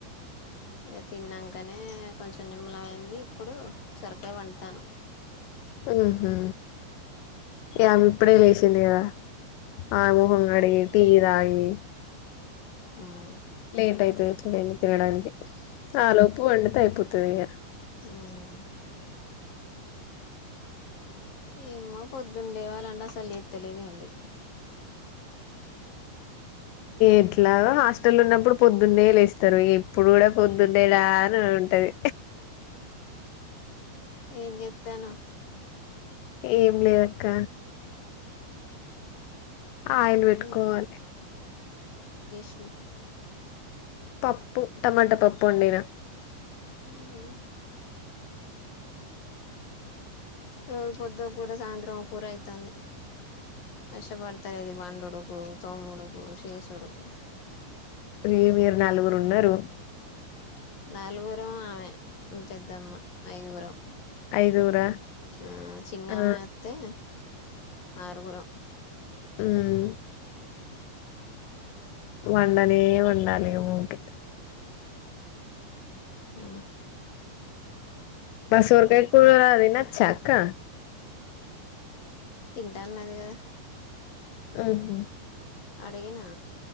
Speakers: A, on the left (about 45°); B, on the left (about 85°).
A: ఇక తిన్నంకనే కొంచెం నిమ్మలం అయింది. ఇప్పుడు సొరకాయ వండుతాను.
B: ఊహూ ఆమె ఇప్పుడే లేచింది కద ఆ మొహం కడిగి తీరాయి
A: హ్మ్
B: లేట్ అయితది ఇప్పుడే ను తినడానికి ఆలోపు వండితే అయిపోత్ తేయ
A: హ్మ్ ఏమ్మా పొద్దున లేవాలంటే అసలు లేత్తలేదు ఏమీలేదు
B: ఎట్లాగ హాస్టల్ ఉన్నప్పుడు పొద్దున్నే లేస్తారు ఇప్పుడు కూడా పొద్దునేలా అని ఉంటది
A: ఏం చేత్తాను
B: ఏం లేదక్క ఆయిల్ పెట్టుకోవాలి
A: ఏం ఉ
B: పప్పు టమాట పప్పు వండిన
A: ఉమ్ రోజు పొద్దు ఓ కూర సాయంత్రం ఒక కూర అయితంది అష్ట పడతార దదిి బం ఉడుకు తోమ్ ఉడుకు శేస్ ఉడుకు
B: అ మీరు నలుగురు ఉన్నారు
A: నాలుగురం ఆమె పెద్దమ్మ ఐదుగురం
B: ఐదుగురా
A: ఆ చిన్న
B: ఆ
A: ఆమె తే ఆరుగురం
B: ఉమ్ వండాలే వండాలే ఉకే
A: ఆ
B: మా సోరకాయకూర చారు కుక్క
A: తింటాన్నది కదా
B: ఆహా
A: అడిగేనా